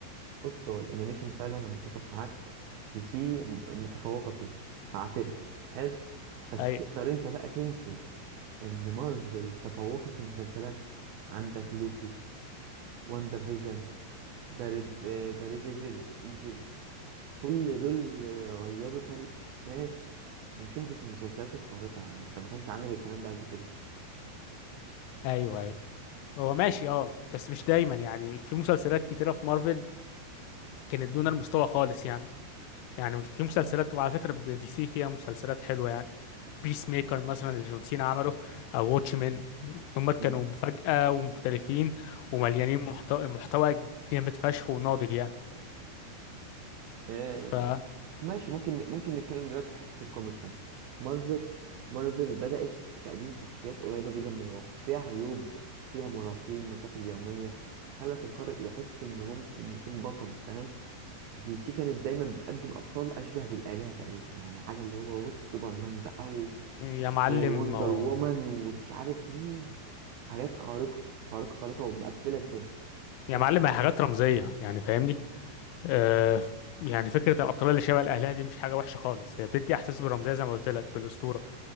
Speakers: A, on the right (about 85°); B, on the left (about 85°).
A: بص هو الانيميشن فعلا انا متفق معاك دي سي م- متفوقه فيه هعترف حلو بس
B: اي
A: تقدر انت بقى تنكر ان مارفل تفوقت في المسلسلات عندك لوكي واندا فيجن داري داري ديفل ايفل كل دول غيروا طريقه <laughs> الناس في مشاهده المسلسلات الخارقه يعني انت ما كانش عندك الكلام ده قبل كده
B: ايوه ايوه هو ماشي اه بس مش دايما يعني في مسلسلات كتيرة في مارفل كانت دون المستوى خالص يعني يعني في مسلسلات وعلى فكرة دي سي فيها مسلسلات حلوة يعني بيس ميكر مثلا اللي جون سينا عمله او واتش مان دول كانوا
A: مم.
B: مفاجأة ومختلفين ومليانين محتوى محتوى جامد فشخ وناضج يعني
A: مم.
B: فماشي
A: ماشي ممكن ممكن نتكلم دلوقتي في حتة الكوميكس مثلا مارفل مارفل بدأت بتقديم شخصيات قريبة جدا من الواقع فيها عيوب فيها مراهقين مشاكل يومية خلت القارئ يحس إنه ممكن يكون بطل فاهم دي سي كانت دايما بتقدم أبطال أشبه بالآلهة تقريبا يعني حاجة اللي هو بص سوبرمان بقى و...
B: يا معلم
A: ووندر
B: اهو
A: <laughs> وومن ومش عارف مين حاجات خارقة خارقة خارقة ومقفلة الدنيا
B: يا
A: فأنا
B: معلم هي حاجات رمزية يعني فاهمني آه يعني فكرة الأبطال اللي شبه الأهلية دي مش حاجة وحشة خالص هي بتدي إحساس بالرمزية زي ما قلت لك بالأسطورة